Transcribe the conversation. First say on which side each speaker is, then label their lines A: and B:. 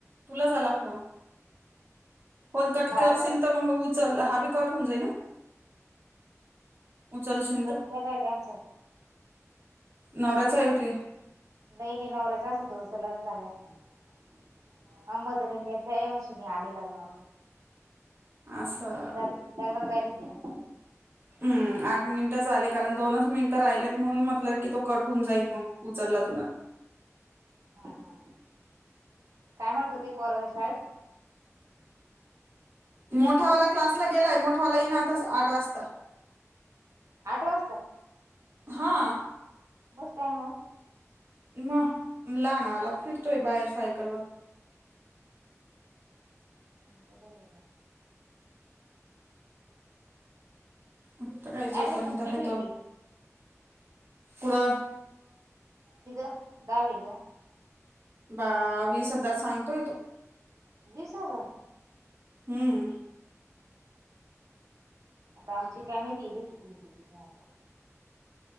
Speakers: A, on the right; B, on the right.
A: तुला झाला फोन फोन कटकर्
B: हा का
A: शंत मंग उचल हा बी कट होऊन जाई ना उचलशिनत.
B: कट केलाय त्यांचा
A: नवऱ्याचं आहे का तूझ्या?
B: नाही नाही नवऱ्याचा असता तर उचलला <unintelligible> हा मदर इंडिया <unintelligible> मी आले लग्नावरून.
A: असं
B: लग्नाला जायेल होती ना.
A: हम् आठ मिनिटं झाले कारण दोनच मिनिटं राहिल्यात म्हणून म्हटलं कि तो कट होऊन जाईल मग उचलला तुन.
B: हा हा काय म्हणत होती पोराला शाळेत
A: मोठावाला क्लासला गेलाय मोठावाला येई ना आता आठ वाजता.
B: आठ वाजता.
A: हा.
B: मस्त आहे मग.
A: म लहानावाला फिरतोय बाहेर सायकलवर.
B: अरे देवा.
A: आता काय जोपर्यंत
B: ऍडमिशन
A: आहे
B: किती
A: तो
B: ती
A: पुढं
B: तिथं दहावीला.
A: बा वीस हजार सांगतोय तो.
B: वीस हजार?
A: हम्म
B: आता आमची काय माहिती इथं किती आहे अन् किती नाही आता.